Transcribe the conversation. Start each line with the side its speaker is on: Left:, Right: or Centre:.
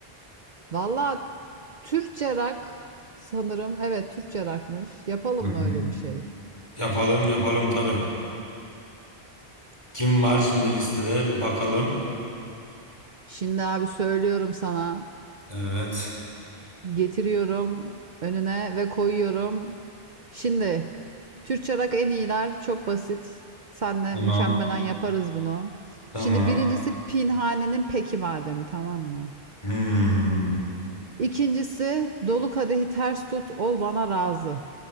Right: Valla Türkçe rock sanırım. Evet Türkçe rockmış. Yapalım
Left: Hı hı.
Right: mı öyle bir şey?
Left: Yapalım, yapalım tabii. Kim var şimdi listede? Bir bakalım.
Right: Şimdi abi söylüyorum sana.
Left: Evet.
Right: Getiriyorum önüne ve koyuyorum. Şimdi Türkçe rock en iyiler. Çok basit. Senle
Left: Tamam.
Right: mükemmelen yaparız bunu.
Left: Tamam.
Right: Şimdi birincisi Pinhani'nin Peki Mademi tamam mı?
Left: Hmm.
Right: İkincisi dolu kadehi ters tut ol bana razı.